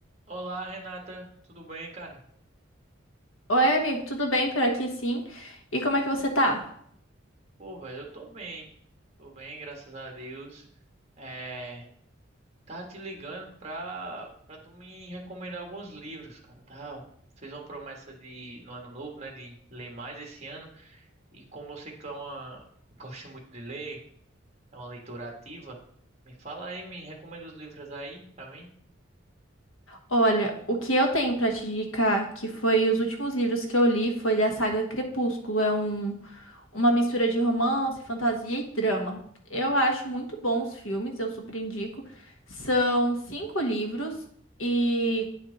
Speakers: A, on the right; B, on the left.
A: Olá, Renata, tudo bem, cara?
B: Oi, amigo, tudo bem por aqui, sim? E como é que você tá?
A: Pô, velho, eu tô bem. Tô bem, graças a Deus. É, tá te ligando pra, pra tu me recomendar alguns livros, cara, tá? Fez uma promessa de no ano novo, né, de ler mais esse ano. E como eu sei que tu é uma gosta muito de ler, é uma leitora ativa, me fala aí, me recomenda os livros aí pra mim.
B: Olha, o que eu tenho pra te indicar, que foi os últimos livros que eu li, foi da saga Crepúsculo. É um, uma mistura de romance, fantasia e drama. Eu acho muito bons os filmes, eu super indico. São cinco livros e,